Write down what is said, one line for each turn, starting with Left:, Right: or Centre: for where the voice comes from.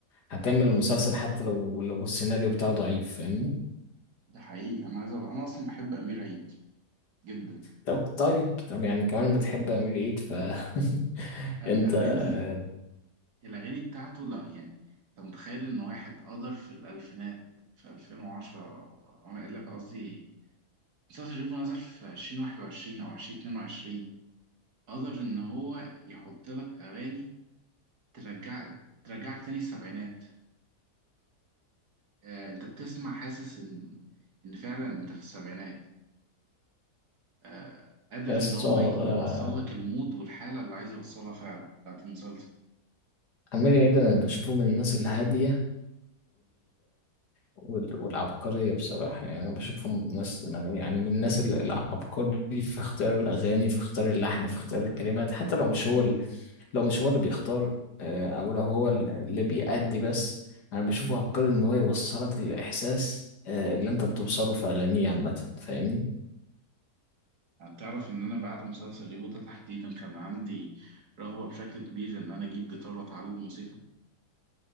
Left: هكمل المسلسل حتى لو لو السيناريو بتاعه ضعيف فاهمني
Right: ده حقيقي انا عايز أقول- انا اصلا بحب امير عيد جدا
Left: طب طيب طب يعني كمان بتحب امير عيد ف <laughs>
Right: الأغاني
Left: انت آه،
Right: الأغاني بتاعته لا يعني أنت متخيل إن واحد قدر في الألفينات في 2010 أو لا قصدي مسلسل ريفو نزل في 2021 أو 2022 قدر إن هو يحط لك أغاني ترجعك ترجعك تاني السبعينات آه، أنت بتسمع حاسس إن إن فعلا أنت في السبعينات آه، قادر
Left: يا
Right: إن
Left: اسطى
Right: هو يوصل
Left: آه،
Right: لك المود والحالة اللي عايز يوصلها فعلا بتاعت المسلسل
Left: امير عيد انا بشوفه من الناس الهاديه وال- والعبقرية بصراحة يعني أنا بشوفهم ناس يعني من الناس ال- العبقري في اختيار الأغاني في اختيار اللحن في اختيار الكلمات حتى لو مش هو ال- لو مش هو اللي بيختار آه، أو لو هو ال- اللي بيأدي بس أنا بشوفه عبقري إن هو يوصلك للإحساس آه، اللي أنت بتوصله في أغانيه عامة فاهمني؟
Right: تعرف ان انا بعد مسلسل ريفو ده تحديدا كان عندي رغبة بشكل كبير ان انا اجيب جيتار واتعلم موسيقى